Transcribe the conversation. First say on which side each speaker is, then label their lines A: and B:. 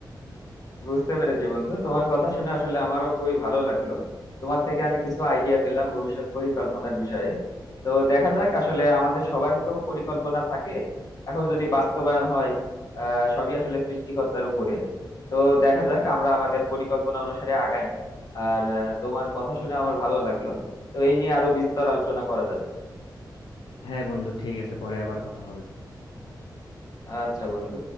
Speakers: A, on the left; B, on the left.
A: বুঝতে পেরেছি বন্ধু তোমার কথা শুনে আসলে আমারও খুবই ভালো লাগলো তোমার থেকে আমি কিছু আইডিয়া পেলাম ভবিষ্যৎ পরিকল্পনার বিষয়ে তো দেখা যাক আসলে আমাদের সবারই তো পরিকল্পনা থাকে এখন যদি বাস্তবায়ন হয় আহ সবই আসলে সৃষ্টিকর্তার উপরে তো দেখা যাক আমরা আমাদের পরিকল্পনা অনুসারে আগাই আর আহ, তোমার কথা শুনে আমার ভালো লাগলো তো এই নিয়ে আরো বিস্তর আলোচনা করা যাবে
B: হ্যাঁ বন্ধু ঠিক আছে পরে আবার কথা হবে
A: আচ্ছা বন্ধু